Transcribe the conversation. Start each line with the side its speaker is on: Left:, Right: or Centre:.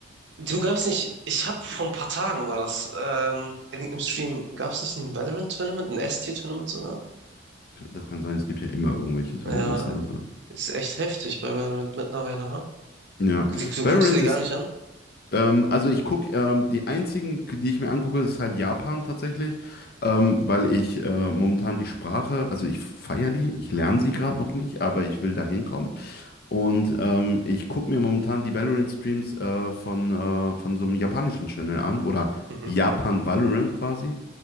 Right: Du gab's nicht, ich habe vor ein paar Tagen war das, ähm, in irgendeinem Stream, gab's nicht ein Valorant-Tournament, ein S-Tier-Tournament sogar?
Left: Das kann sein, es gibt ja immer irgendwelche Tournaments.
Right: Ja,
Left: ne, Also.
Right: ist echt heftig bei Valorant mittlerweile, ha?
Left: Ja.
Right: Du, du
Left: Valorant
Right: guckst dir die
Left: ist,
Right: gar nicht an?
Left: ähm, also ich gucke, ähm, die einzigen, die ich mir angucke, ist halt Japan tatsächlich, ähm, weil ich äh, momentan die Sprache, also ich feiere die, ich lerne sie gerade noch nicht, aber ich will da hinkommen. Und ähm, ich gucke mir momentan die Valorant-Streams äh, von, äh, von so einem japanischen Channel an oder
Right: Mhm.
Left: Japan Valorant quasi.